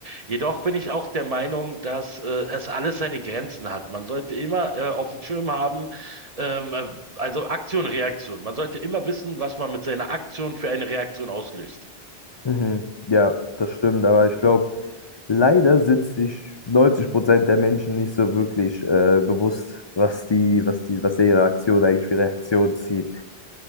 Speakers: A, on the right (about 40°); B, on the left (about 40°).
A: Jedoch bin ich auch der Meinung, dass äh, es alles seine Grenzen hat. Man sollte immer äh, auf dem Schirm haben, ähm, äh, also Aktion, Reaktion. Man sollte immer wissen, was man mit seiner Aktion für eine Reaktion auslöst.
B: mhm. Ja, das stimmt, aber ich glaube, leider sind sich 90 Prozent der Menschen nicht so wirklich äh, bewusst, was die, was die, was ihre Aktion eigentlich für Reaktionen zieht.